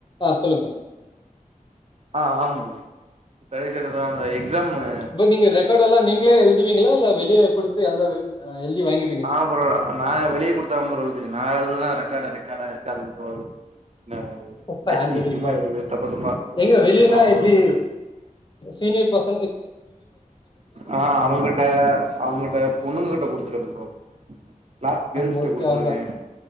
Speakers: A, on the left; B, on the right.
A: ஆ சொல்லுங்க தோழி
B: ஆ ஆமாங் கடைசி எக்ஸாம் எக்ஸாமு
A: இ நீங்க ரெக்கார்ட் எல்லாம் நீங்களே எழுதுவீங்களா இல்லா வெளியே குடுத்து எழுத எழுதி வாங்கி
B: ஆ ப்ரோ நா வெளிய குடுத்து தா ப்ரோ எழுதுவ நா எழுதுனா ரெக்கார்ட்டு ரெக்கார்டா இருக்காது ப்ரோ ந அ
A: இப்ப
B: அசிங்க
A: ஹேண்ட் ரைட்டிங்ல
B: அசிங்கமா எழுதுவ தப்பு தப்பா
A: எங்க வெளியனா
B: ஆ வரும்
A: எப்டி சீனியர் பச
B: ஆ அவங்கிட்ட அவங்கிட்ட பொண்ணு கிட்ட குடுத்துரு ப்ரோ கிளாஸ் கேல்ஸிட்ட
A: மோஸ்ட்லி
B: குடுத்துருவேன்
A: அவங்கதா